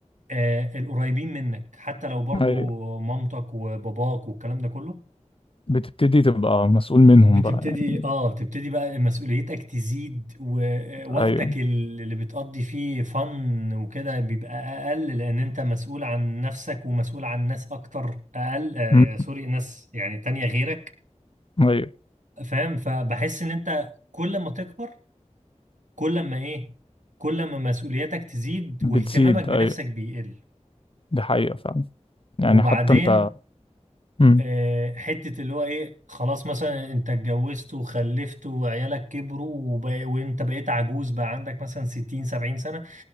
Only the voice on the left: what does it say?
ايوه
بتبتدي تبقى مسؤول منهم
بقى يعني
ايوه
امم
ايوه
بتزيد
ايوه
دي حقيقة فعلا يعني
حتى انت مم.